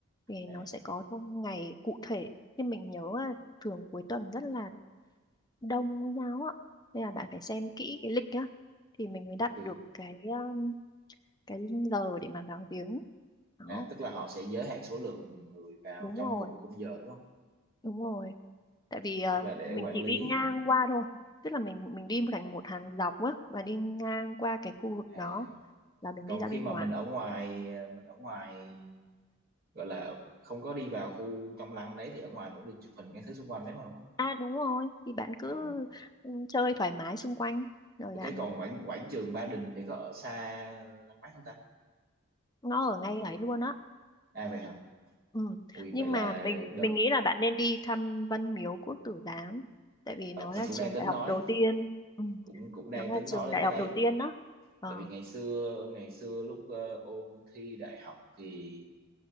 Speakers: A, on the left; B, on the right.
A: thì
B: à
A: nó sẽ có thông ngày cụ thể nhưng mình nhớ là thường cuối tuần rất là đông Công giáo ạ nên là bạn phải xem kỹ cái lịch nhá thì mình mới đặt
B: ok.
A: được cái um, cái giờ để mà vào viếng đó
B: à tức là họ sẽ giới hạn số lượng người vào
A: đúng
B: trong
A: rồi
B: cùng khung giờ đúng không
A: đúng rồi tại vì ờ,
B: chắc là để
A: mình
B: quản
A: chỉ
B: lý
A: đi ngang qua thôi tức là mình mình đi một thành một hàng dọc á và đi ngang qua cái khu vực
B: à
A: đó là mình
B: còn
A: đi ra
B: khi
A: bên
B: mà
A: ngoài
B: mình ở ngoài ờ, mình ở ngoài gọi là không có đi vào khu trong lăng đấy thì ở ngoài vẫn được chụp hình cái thứ xung quanh đấy mà đúng không?
A: à đúng rồi thì bạn cứ
B: Ờ.
A: ừ, chơi thoải mái xung quanh rồi
B: Ủa
A: bạn
B: thế còn quảng quảng trường Ba Đình thì có ở xa Lăng Bác không ta?
A: nó ở ngay ấy luôn á
B: À vậy hả?
A: ừ.
B: Ui
A: nhưng
B: vậy là
A: mà mình
B: đợt
A: mình nghĩ là bạn nên đi thăm Văn Miếu Quốc Tử Giám tại vì
B: ờ,
A: nó
B: mình
A: là
B: cũng
A: trường
B: đang tính
A: đại học
B: nói
A: đầu tiên ừ.
B: cũng cũng đang
A: nó là
B: tính
A: trường
B: nói
A: đại
B: đến cái
A: học
B: đấy.
A: đầu tiên đó ờ
B: Tại vì ngày xưa ngày xưa lúc ờ, ôn thi đại học thì